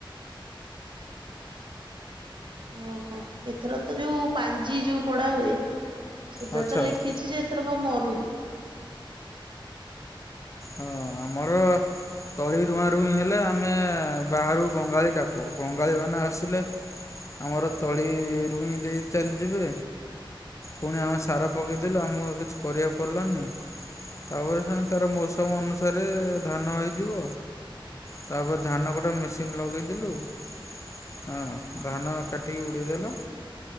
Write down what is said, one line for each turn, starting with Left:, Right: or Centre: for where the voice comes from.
Right: ଓହୋ ଏଥର ତ ଯୋଉ ପାଞ୍ଜି ଯୋଉ ପଢା ହୁଏ। ସେଥିରେ
Left: ଆଚ୍ଛା
Right: ତ ଲେଖିଛି
Left: ହଁ
Right: ଯେ ଏଥର କଣ ମରୁଡି।
Left: ହଁ ଆମର। ତଳି ରୁଆଁ ରୁଇଁ ହେଲେ ଆମେ ବାହାରୁ ବଙ୍ଗାଳୀ ଡାକୁ ବଙ୍ଗାଳୀ ମାନେ ଆସିଲେ ଆମର ତଳି ରୁୁଇଁ ଦେଇ ଚାଲିଯିବେ। ପୁଣି ଆମେ ସାର ପକେଇଦେଲୁ ଆମକୁ ଆଉ କିଛି କରିବାକୁ ପଡ଼ିଲାନି। ତାପରେ ଶୁଣି ତାର ମୌସମ ଅନୁସାରେ ଧାନ ହେଇଯିବ। ତାପରେ ଧାନ କଟା ମେସିନ୍ ଲଗେଇଦେଲୁ। ହଁ ଧାନ କାଟିିକି ଉଡେଇଦେଲ।